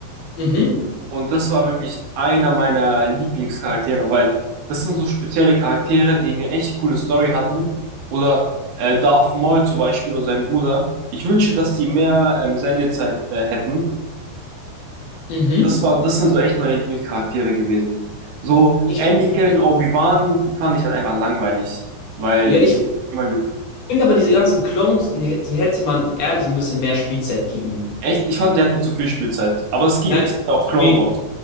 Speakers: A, on the left (about 60°); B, on the right (about 70°).
A: Mhm,
B: Und das war wirklich einer meiner Lieblingscharaktere, weil das sind so spezielle Charaktere, die eine echt coole Story hatten. Oder äh, Darth Maul zum Beispiel und sein Bruder. Ich wünsche, dass die mehr ähm, Sendezeit äh, hätten.
A: mhm.
B: Das war, das sind so echt meine Lieblingscharaktere gewesen. So
A: Ich,
B: Anakin,
A: ich-
B: Obi-Wan, die fand ich halt einfach langweilig, weil
A: ja,
B: die
A: ich
B: hab ich immer gesehen.
A: finde aber diese ganzen Clones, die, die hätte man ehrlich ein bisschen mehr Spielzeit geben.
B: Echt, ich fand, die hatten zu viel Spielzeit. Aber es ging,
A: Nein,
B: es
A: nein,
B: ging auch
A: zu
B: Clone
A: wenig.
B: Wars.